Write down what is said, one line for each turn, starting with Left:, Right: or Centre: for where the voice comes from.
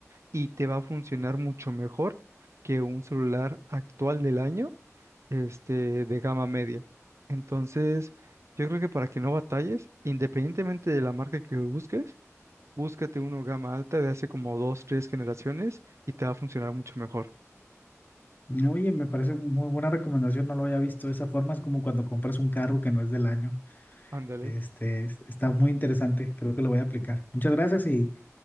Right: y te va a funcionar mucho mejor que un celular actual del año, este, de gama media. Entonces, yo creo que para que no batalles, independientemente de la marca que busques, búscate uno gama alta de hace como dos, tres generaciones y te va a funcionar mucho mejor.
Left: No, Oye, me parece muy buena recomendación, no lo había visto de esa forma, es como cuando compras un carro que no es del año.
Right: Ándale.
Left: Este, es- está muy interesante, creo que lo voy a aplicar. Muchas gracias y,